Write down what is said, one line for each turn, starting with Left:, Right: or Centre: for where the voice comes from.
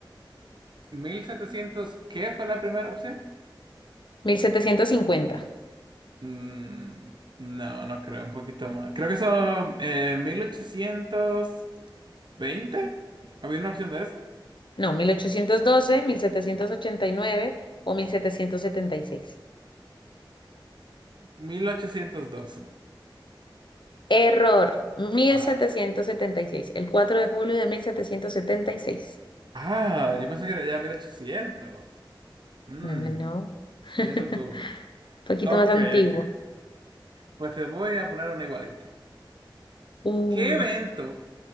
Right: mil setecientos. ¿Qué fue la primera opción?
Left: mil setecientos cincuenta
Right: Mm, no, no creo. Un poquito más. Creo que son eh, mil ochocientos veinte. ¿Había una opción de eso?
Left: No, mil mil ochocientos doce, mil setecientos ochenta y nueve o 1776.
Right: mil ochocientos doce
Left: Error, mil
Right: Ah,
Left: setecientos setenta y seis. el cuatro de julio de 1776.
Right: ah, yo pensé que era ya 1800. Mm,
Left: No, no, no. <laughs>
Right: fíjate tú.
Left: Un poquito
Right: Ok,
Left: más antiguo.
Right: ok. Pues te voy a poner una igualita.
Left: Uh,
Right: ¿Qué evento